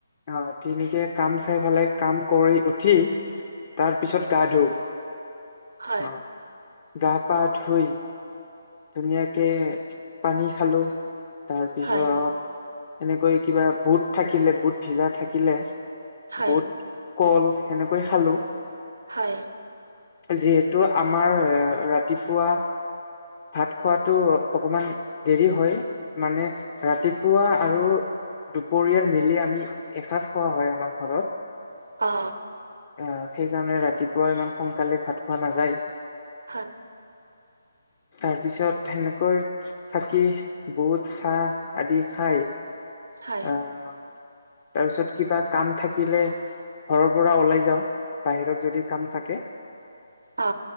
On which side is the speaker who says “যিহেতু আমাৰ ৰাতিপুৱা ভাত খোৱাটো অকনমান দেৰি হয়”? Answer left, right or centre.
Left